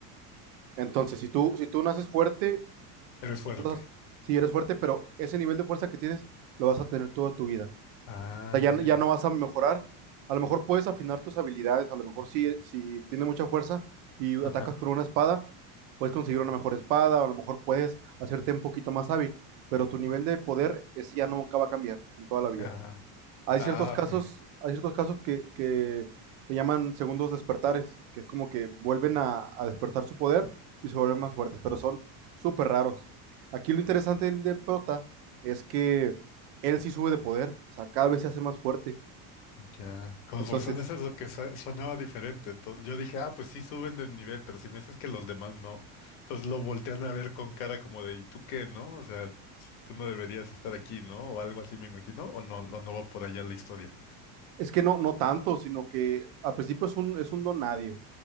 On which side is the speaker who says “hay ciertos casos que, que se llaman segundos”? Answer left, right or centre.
Right